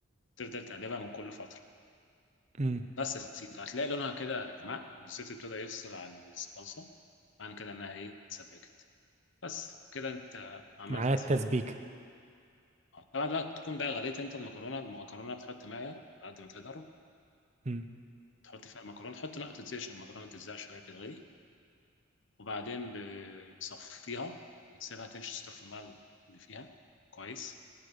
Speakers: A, on the left; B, on the right.
A: تفضل تقلبها من كل فترة
B: أمم.
A: بس يا سيدي هتلاقي لونها كده غمق والزيت ابتدى يفصل عن الصلصة معنى كده إنها إيه اتسبكت بس كده أنت عملت
B: معايا التسبيكة
A: طبعا بقى تكون بقى غليت انت المكرونه المكرونه بتحط ميه على قد ما تقدر
B: أمم.
A: وتحط فيها المكرونه تحط نقطه زيت عشان المكرونه تتزع شويه بتتغلي وبعدين بتصفيها وتسيبها تشطف الميه اللي فيها كويس